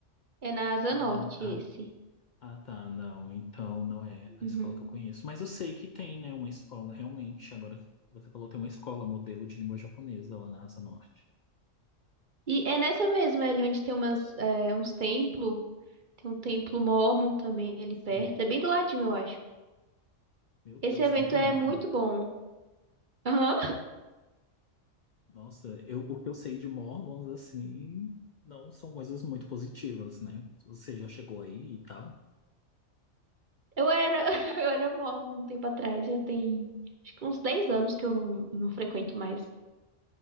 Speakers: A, on the right (about 45°); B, on the left (about 55°).
A: É na Asa
B: Hum,
A: Norte
B: ah,
A: esse.
B: Ah, tá, não. Então não é a
A: Uhum.
B: escola que eu conheço. Mas eu sei que tem, né, uma escola realmente. Agora você falou, tem uma escola modelo de língua japonesa lá na Asa Norte.
A: E é nessa mesma, é ali onde tem umas, é, uns templos Tem um templo mórmon também ali
B: Isso.
A: perto. É bem do ladinho, eu acho.
B: Meu Deus,
A: Esse evento
B: Templo Mórmon.
A: é muito bom. Aham.
B: Nossa, eu, o que eu sei de Mormons, assim, não são coisas muito positivas, né? Você já chegou aí e tal.
A: Eu era, <laughs> eu era mórmon um tempo atrás, já tem acho que uns 10 anos que eu não, não frequento mais.